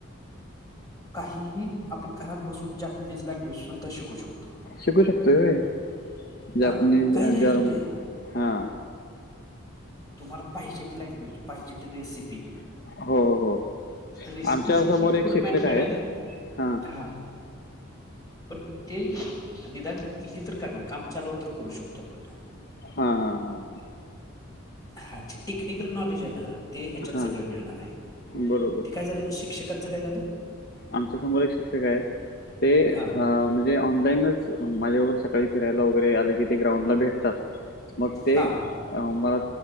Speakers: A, on the left; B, on the left.
A: काही आपण घरात बसून जपनीज लँग्वेज सुद्धा शिकू शकतो
B: शिकू शकतोय होय, जापनीज,
A: हां, काही राहिलं
B: जर्मन
A: नाही.
B: हा
A: तुम्हाला पाहिजे ती लँग्वेज, पाहिजे त रेसिपी.
B: हो हो
A: रेसिपी
B: आमच्या
A: शेवटी
B: समोर एक
A: थोड
B: शिक्षक
A: मॅन मेड
B: आहेत
A: आहे.
B: हां
A: हा पण ते निदान हे, तर करणार. काम चालव तर करू शकतो आपण
B: हा हा हा हा.
A: हा जे टेक्निकल नॉलेज आहे ना ते ह्याच्यात
B: हां
A: सगळ मिळणार आहे
B: बरोबर
A: ते काय झालं शिक्षकांच काय झालं
B: आमच्या समोर एक शिक्षक आहेत. ते अ
A: हां,
B: म्हणजे ऑनलाईनच माझ्याबरोबर काही फिरायला वगैरे आले की ते ग्राउंडला भेटतात. मग ते
A: हां,
B: मला